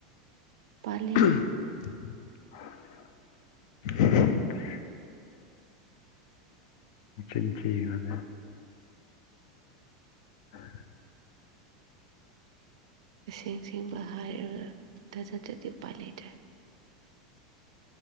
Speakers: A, on the right; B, on the left.
A: ꯄꯥꯜꯂꯦ
B: <unintelligible> ꯆꯤꯟ ꯊꯤꯒꯅꯨꯗ <unintelligible>
A: ꯑꯁꯦꯡ ꯁꯦꯡꯕ ꯍꯥꯏꯔꯒ ꯊꯖꯗꯗꯤ ꯎꯄꯥꯥꯏ ꯂꯩꯇ꯭ꯔꯦ